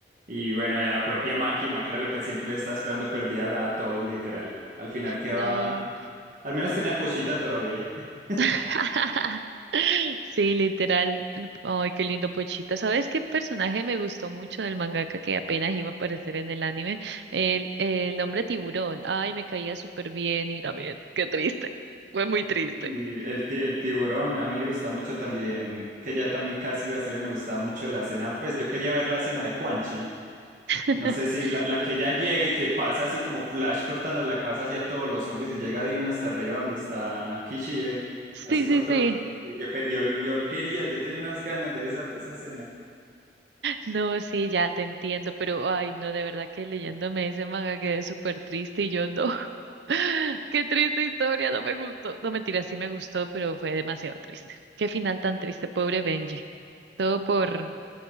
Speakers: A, on the right; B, on the right.
A: Y bueno, y a la propia Máquina, que era lo que siempre le estaba esperando, perdía a todos, literal. Al final queda...
B: No,
A: Al menos tenía Pochita todavía. <laughs>
B: <laughs> Sí, literal. Ay, qué lindo Pochita. ¿Sabes qué personaje me gustó mucho del mangaka que apenas iba a aparecer en el anime? El, el hombre tiburón. Ay, me caía súper bien y también, qué triste. Fue muy triste.
A: Y el, ti- el tiburón, a mí me gusta mucho también, que ya también casi iba a salir, me gustaba mucho la escena, pues yo quería ver la escena de Quan Chi.
B: <laughs>
A: No sé si la, la que ya llega y que pasa así como Flash cortando la cabeza hacia todos los zombies y llega de una hasta arriba donde está Kishibe,
B: Sí,
A: así con
B: sí,
A: todos
B: sí.
A: los otros. Y Yo, quer- yo, yo quería, yo tenía unas ganas de ver esa, esa escena.
B: No, sí, ya te entiendo, pero ay, no, de verdad que leyéndome ese manga quedé súper triste y yo no. <laughs> Qué triste historia, no me gustó. No, mentira, sí me gustó, pero fue demasiado triste. Qué final tan triste, pobre Benji. Todo por,